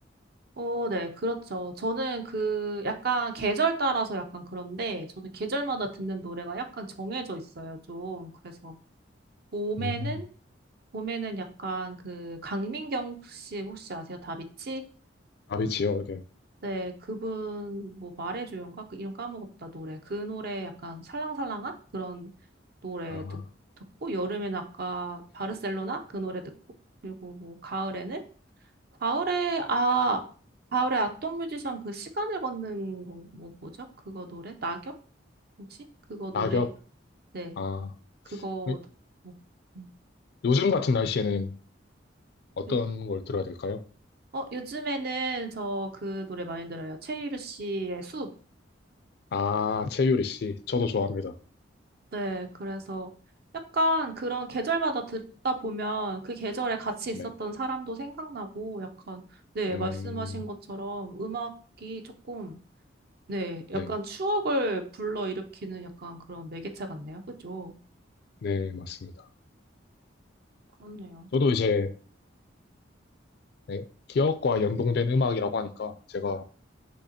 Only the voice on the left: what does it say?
음,
다비치요. 네.
아,
낙엽.
아,
네.
요즘 같은 날씨에는 어떤
걸 들어야 될까요?
아, 최유리 씨. 저도 좋아합니다.
네.
음,
네.
네, 맞습니다.
저도 이제, 네, 기억과 연동된 음악이라고 하니까 제가,